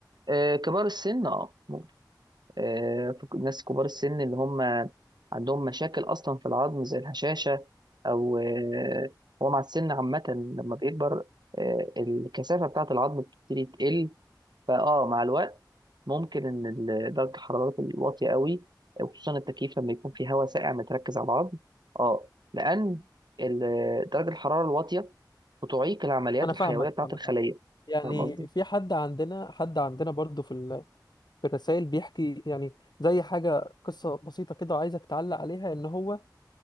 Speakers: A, on the right; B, on the left.
A: آه، كبار السن اه ممكن آه، في ناس كبار السن اللي هم عندهم مشاكل اصلا في العظم زي الهشاشه او آه، هو مع السن عامه لما بيكبر آه، الكثافه بتاعه العظم بتبتدي تقل فاه مع الوقت ممكن ان ال- درجه الحراره الواطيه قوي وخصوصا التكييف لما يكون في هواء ساقع متركز على العظم اه لان ال- درجه الحراره الواطيه بتعيق العمليات
B: انا
A: الحيويه
B: فاهمك
A: بتاعه
B: فاهمك
A: الخليه
B: عمد. يعني
A: فاهم قصدي؟
B: في حد عندنا حد عندنا برضو في ال... في الرسائل بيحكي يعني زي حاجة قصة بسيطة كده وعايزك تعلق عليها ان هو